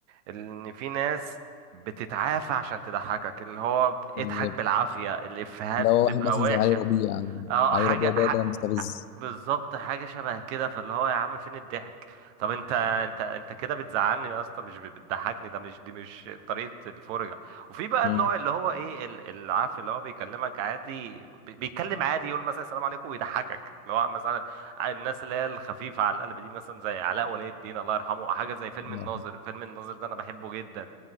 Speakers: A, on the right; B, on the left.
A: ان في ناس بتتعافى عشان تضحكك اللي هو اضحك
B: بالظبط.
A: بالعافيه الافيهات
B: لو
A: تبقى
B: واحد مثلا
A: وحشه
B: زي علي ربيع يعني
A: اه
B: علي
A: حاجة
B: ربيع ده
A: ح...
B: ده مستفز
A: بالظبط حاجة شبه كده فاللي هو يا عم فين الضحك طب انت انت انت كده بتزعلني اصلا مش بتضحكني ده مش دي مش طريقة الفرجة وفي بقى
B: مم.
A: النوع اللي هو ايه ال- ال- عارف اللي هو بيكلمك عادي بي- بيتكلم عادي يقول مثلا السلام عليكم ويضحكك اللي هو مثلا الناس اللي هي الخفيفة على القلب دي مثلا زي علاء ولي الدين الله يرحمه حاجة زي فيلم
B: الله
A: الناظر
B: يرحمه.
A: فيلم الناظر ده انا بحبه جدا